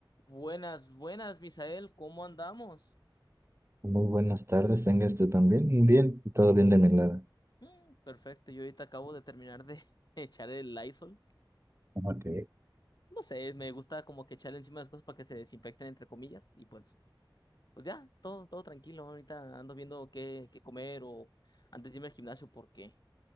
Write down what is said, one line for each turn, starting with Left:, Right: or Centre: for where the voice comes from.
Left: Buenas, buenas, Misael, ¿cómo andamos?
Right: Muy buenas tardes, tenga usted también. Bien, todo bien de mi lado.
Left: Mm, perfecto, yo ahorita acabo de terminar de <laughs> echar el Lysol.
Right: Ok.
Left: No sé, me gusta como que echarle encima las cosas para que se desinfecten, entre comillas, y pues, pues ya, todo, todo tranquilo. Ahorita ando viendo qué, qué comer o antes de irme al gimnasio, porque